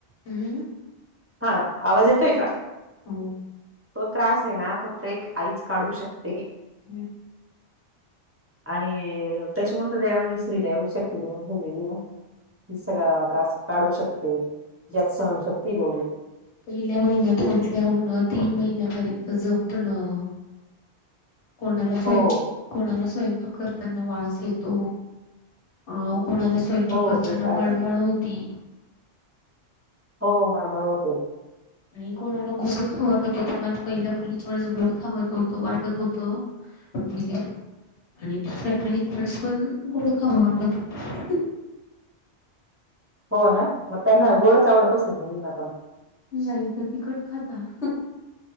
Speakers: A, on the left; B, on the right.
A: हम्म
B: हा आवाज येतोय का?
A: हो.
B: तो त्रास हे ना, फक्त एक आईच काढू शकते.
A: हम्म
B: आणि त्याच्यामुळे तर देवानी स्त्रीला येवढी शक्ती देऊन ठेवलेली आहे ना. ती सगळा त्रास काढूच शकते, ज्यात सहन शक्ती होईल.
A: पहिल्या महिन्यात उलट्या होणं तीन महिन्यापर्यंत जपणं कोणालाच
B: हो
A: कोणाला स्वयंपाक करताना वास येतो अ कोणाला स्वयंपाक
B: हो
A: करताना
B: ते तर आहेच
A: मळमळ होती.
B: हो मळमळ होते.
A: आणि कोणाला गोड खाव वाटत होतं मला पहिल्या मुलीच्या वेळेस गोड खाऊ वाटत होतं. जिलेप <unintelligible> आणि दुसऱ्या मुलीच्यावेळेस पण गोड खावा वाटत होत.
B: हो ना मग त्यांना
A: हो
B: गोडच आवडत असेल मुलींना पण
A: नाही त्या तिखट खातात.